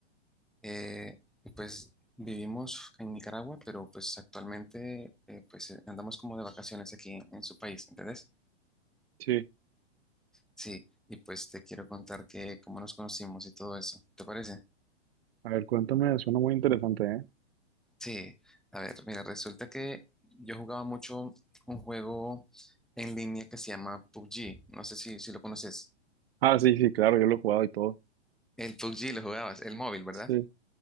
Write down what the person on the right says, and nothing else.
Sí,
a ver, cuéntame, suena muy interesante, ¿eh?
Ah, sí, sí, claro, yo lo he jugado y todo.
Sí,